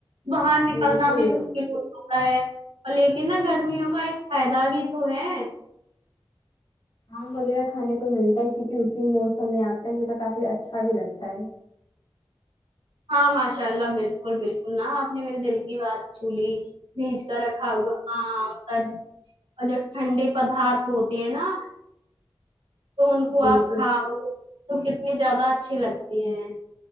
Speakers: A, on the right; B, on the left.
A: باہر نکلنا
B: بالکل
A: بھی مشکل ہوتا ہوتا ہے اور لیکن نا گرمیوں کا ایک فائدہ بھی تو ہے
B: آم وغیرہ کھانے کو ملتا ہے کیونکہ اسی موسم میں آتا ہے یہ کافی اچھا بھی لگتا ہے
A: ہاں ماشاء اللہ بالکل بالکل نہا آپ نے میرے دل کی بات سنلی فریج کا رکھا ہوا عام تربوز اور جو ٹھنڈے پدارت ہوتے ہیں نا تو ان کو
B: بالکل
A: آپ کھاؤ تو کتنی زیادہ اچھی لگتی ہیں